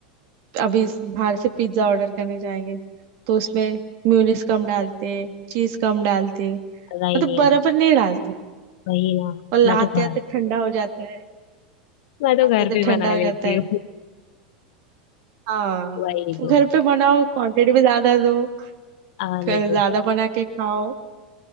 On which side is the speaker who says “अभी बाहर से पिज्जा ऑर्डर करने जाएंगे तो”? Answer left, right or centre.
Right